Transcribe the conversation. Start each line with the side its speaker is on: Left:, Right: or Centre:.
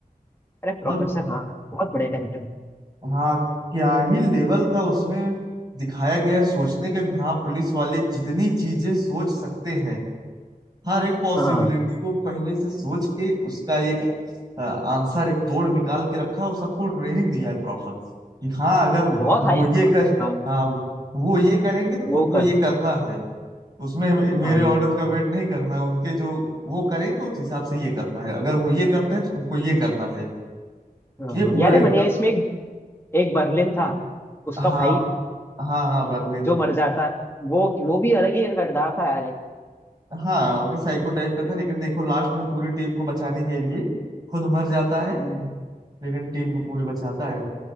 Left: अरे प्रोफेसर
Right: मतलब
Left: हाँ बहुत बढ़िया कैरेक्टर
Right: हाँ क्या ही लेवल का उसमें दिखाया गया है सोचने का कि हाँ पुलिस वाले जितनी चीजें सोच सकते हैं हर एक पॉसिबिलिटी
Left: हाँ
Right: वो पहले से सोच के उसका एक आंसर एक तोड़ निकाल के रखा और सबको ट्रेनिंग दिया है प्रॉपर कि हाँ अगर
Left: बहुत
Right: वो
Left: हाई
Right: ये कर
Left: हाँ
Right: हाँ वो ये करेंगे तो तुमको
Left: वो कर
Right: ये करना है उसमें मे- मेरे
Left: हाँ
Right: ऑर्डर का वेट नहीं करना है उनके जो वो करेंगे उस हिसाब से ये करना है अगर वो ये करते हैं तो उनको ये करना है
Left: हाँ,
Right: ये पूरा
Left: याद है
Right: एकदम
Left: मनिया इसमें एक, एक बर्लिन था उसका
Right: हाँ
Left: भाई
Right: हाँ हाँ बर्लिन
Left: जो मर जाता वो वो भी अलग ही किरदार था यार एक
Right: हाँ वो भी साइको टाइप का था लेकिन देखो लास्ट में पूरी टीम को बचाने के लिए खुद मर जाता है
Left: हम्म,
Right: लेकिन टीम को पूरी बचाता है